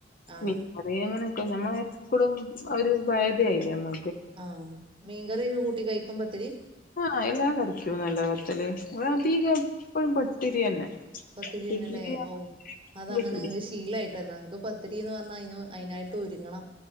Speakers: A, on the right; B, on the left.
A: ആഹ്
B: മീൻ അതെ അങ്ങനെക്കും ഞമ്മളെ എപ്പളും ഒരു ബേധായായില്ലേ നമ്മ
A: ആഹ് മീൻകറി കൂട്ടി കഴിക്കും പത്തിരി?
B: ആഹ് എല്ലാം കറിക്കും നല്ല പത്തല് ഇവടെ അധികം എപ്പഴും പത്തിരി തന്നെ
A: പത്തിരി തന്നെല്ലേ?
B: ഇഡ്ലി
A: ഓഹ് അത് അങ്ങനെ
B: ചൂടി
A: ഇങ്ങക്ക് ശീലായിട്ടാ ഇന്നാ ഞങ്ങക്ക് പത്തിരിന്ന് പറഞ്ഞാ അ അയിനായിട്ട് ആട്ട് ഒരുങ്ങണം